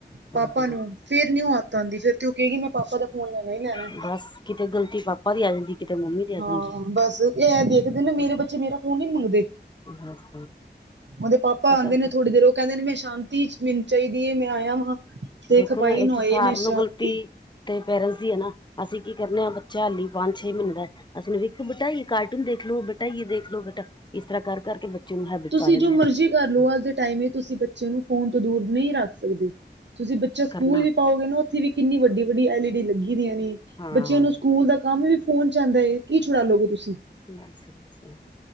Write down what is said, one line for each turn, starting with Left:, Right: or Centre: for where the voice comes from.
Right: ਪਾਪਾ
Left: ਹੂੰ-ਹੂੰ,
Right: ਨੂੰ ਫੇਰ ਨੀ ਉਹ ਹੱਥ ਆਂਦੀ ਫੇਰ ਤੇ ਉਹ ਕਹੇਗੀ, ਮੈਂ ਪਾਪਾ ਦਾ ਫੋਨ ਲੈਣਾ ਹੀ ਲੈਣਾ।
Left: ਬਸ ਕਿਤੇ ਗਲਤੀ ਪਾਪਾ ਦੀ ਆ ਜਾਂਦੀ ਕਿਤੇ ਮੰਮੀ ਦੀ ਆ
Right: ਹਾਂ
Left: ਜਾਂਦੀ
Right: ਬਸ ਇਹ ਦੇਖਦੇ ਨਾ ਮੇਰੇ
Left: ਹੈ।
Right: ਬੱਚੇ ਮੇਰਾ ਫੋਨ ਨੀ ਮੰਗਦੇ।
Left: ਬਸ
Right: ਉਹਦੇ ਪਾਪਾ
Left: ਪਤਾ
Right: ਆਉਂਦੇ ਨੇ
Left: ਕੀ
Right: ਥੋੜ੍ਹੀ ਦੇਰ ਉਹ ਕਹਿੰਦੇ ਨੇ ਮੈਂ ਸ਼ਾਮ ਪੀਸ ਮੈਨੂੰ ਚਾਹੀਦੀ ਹੇ ਮੈਂ ਆਇਆ ਵਾਂ ਤੇ
Left: ਦੇਖੋ
Right: ਖਪਾਈ
Left: ਇਹ
Right: ਨਾ
Left: ਚ
Right: ਹੋਏ
Left: ਸਾਰਿਆਂ
Right: ਮੈਂ
Left: ਨੂੰ
Right: ਸ਼ਾਂਤੀ
Left: ਗ਼ਲਤੀ ਤੇ ਪੇਰੈਂਟਸ ਦੀ ਹੀ ਹੈ ਨਾ ਅਸੀਂ ਕੀ ਕਰਨੇ ਹਾਂ ਬੱਚਿਆਂ ਲੀ ਪੰਜ ਛੇ ਮਹੀਨੇ ਦਾ ਅਸੀਂ ਵੇਖ ਬੇਟਾ ਇਹ ਕਾਰਟੂਨ ਦੇਖ ਲੋ, ਬੇਟਾ ਇਹ ਦੇਖ ਲੋ ਬੇਟਾ ਇਸ ਤਰ੍ਹਾਂ ਕਰ ਕਰਕੇ ਨੂੰ ਹੈਬਿਟ
Right: ਤੁਸੀਂ
Left: ਪਾ ਦਿੰਦੇ
Right: ਜੋ ਮਰਜੀ
Left: ਹਾਂ
Right: ਕਰ ਲਓ, ਅੱਜ ਦੇ ਟਾਈਮ ਇਚ ਤੁਸੀਂ ਬੱਚੇ ਨੂੰ ਫੋਨ ਤੋਂ ਦੂਰ ਨਹੀਂ ਰੱਖ ਸਕਦੇ। ਤੁਸੀਂ ਬ ਬੱਚਾ ਸਕੂਲ
Left: ਕਰਨਾ
Right: ਵੀ ਪਾਓਗੇ ਨਾ, ਉੱਥੇ ਵੀ ਕਿੰਨੀ ਵੱਡੀ-ਵੱਡੀ ਐਲ ਈ ਡੀ ਲੱਗੀ ਦੀਆਂ ਨੇ,
Left: ਹਾਂ
Right: ਬੱਚਿਆਂ ਨੂੰ ਸਕੂਲ
Left: ਤੇ
Right: ਦਾ ਕੰਮ ਵੀ ਫੋਨ ਚ ਆਂਦਾ ਏ, ਕੀ ਛੁਡਾਲੋਗੇ ਤੁਸੀਂ?
Left: <unintelligible>